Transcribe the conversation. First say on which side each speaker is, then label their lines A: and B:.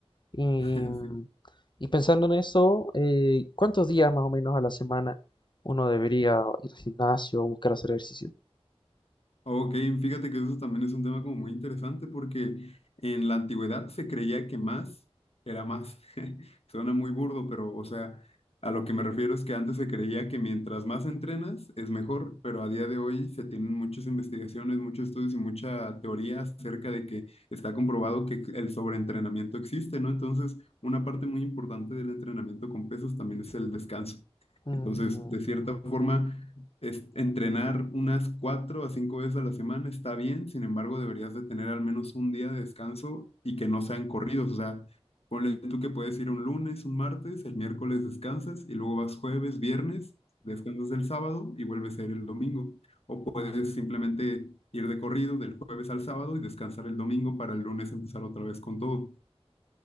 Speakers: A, on the left; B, on the left.
A: Y,
B: <laughs>
A: y pensando en eso, eh, ¿cuántos días más o menos a la semana uno debería ir al gimnasio o buscar hacer ejercicio?
B: Ok, fíjate que eso también es un tema como muy interesante porque en la antigüedad se creía que más era más. <laughs> Suena muy burdo, pero o sea, a lo que me refiero es que antes se creía que mientras más entrenas es mejor, pero a día de hoy se tienen muchas investigaciones, muchos estudios y mucha teoría acerca de que está comprobado que el sobreentrenamiento existe, ¿no? Entonces, una parte muy importante del entrenamiento con pesas también es el descanso.
A: Mm,
B: Entonces, de cierta forma es, entrenar unas cuatro a cinco veces a la semana está bien, sin embargo, deberías de tener al menos un día de descanso y que no sean corridos. O sea, ponle tú que puedes ir un lunes, un martes, el miércoles descansas y luego vas jueves, viernes, descansas el sábado y vuelves a ir el domingo. O puedes
A: mm.
B: simplemente ir de corrido del jueves al sábado y descansar el domingo para el lunes empezar otra vez con todo.